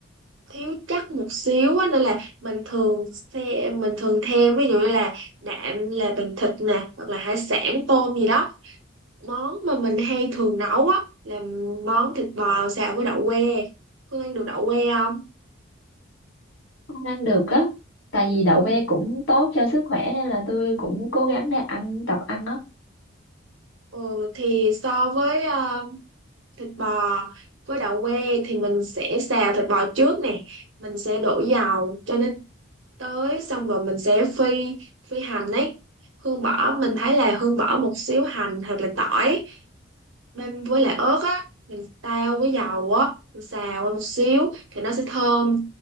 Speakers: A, on the right (about 70°); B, on the left (about 80°).
A: thiếu chắc một xíu á nên là mình thường xe mình thường thêm ví dụ như là đạm là bằng thịt nè hoặc là hải sản tôm gì đó món mà mình hay thường nấu á là món thịt bò xào với đậu que Hương ăn được đậu que không
B: không ăn được á tại vì đậu
A: ừ.
B: que cũng tốt cho sức khỏe nên là tôi cũng cố gắng để ăn tập ăn á
A: ừ thì so với ờ, thịt bò với đậu que thì mình sẽ xào thịt bò trước nè mình sẽ đổ dầu cho nó tới xong rồi mình sẽ phi phi hành ấy Hương bỏ mình thấy là Hương bỏ một xíu hành hoặc là tỏi bên với lại ớt á mình tao với dầu á mình xào qua một xíu thì nó sẽ thơm